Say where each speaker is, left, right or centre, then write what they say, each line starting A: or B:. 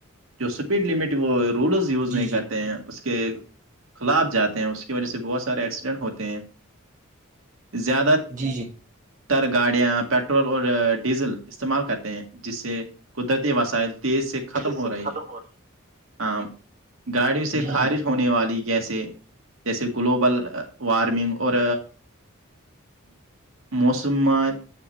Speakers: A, on the right; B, on the right.
A: جو اسپیڈ لمٹ وہ رولرز
B: جی
A: یوز نہیں
B: جی
A: کرتے ہیں اس کے کے خلاف جاتے ہیں اس کی وجہ سے بہت سارے ایکسیڈنٹ ہوتے ہیں <unintelligible> زیادہ
B: جی جی
A: تر گاڑیاں پیٹرول اور ڈیزل استعمال کرتے ہیں جس سے قدرتی وسائل تیس سے ختم
B: جی
A: ہو
B: سے
A: رہی
B: ختم
A: ہے
B: ہو
A: ہاں گاڑیوں
B: رہی
A: سے
B: ہے۔
A: خارج
B: جی جی
A: ہونے والی جیسے جیسے گلوبل وارمنگ اور موسمات